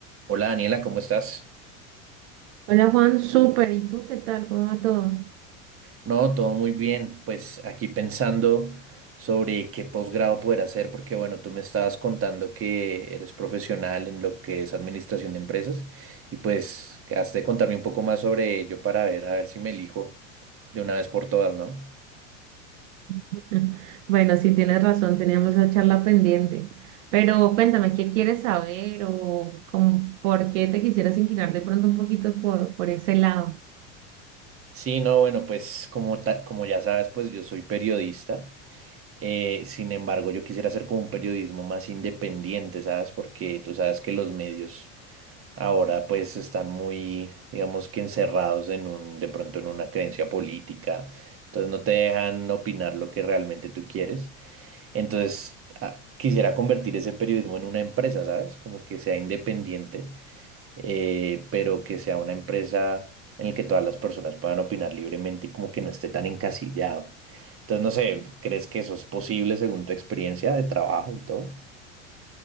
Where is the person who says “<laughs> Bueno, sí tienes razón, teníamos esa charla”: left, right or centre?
Right